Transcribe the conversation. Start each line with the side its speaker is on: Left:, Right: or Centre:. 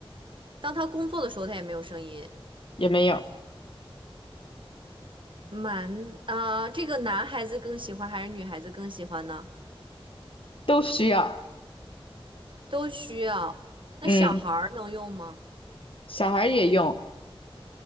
Right: 当它工作的时候，它也没有声音。
Left: 也没有，
Right: 蛮啊，这个男孩子更喜欢还是女孩子更喜欢呢？
Left: 都需要，
Right: 都需要。那小孩儿能用吗？
Left: 嗯，小孩儿也用，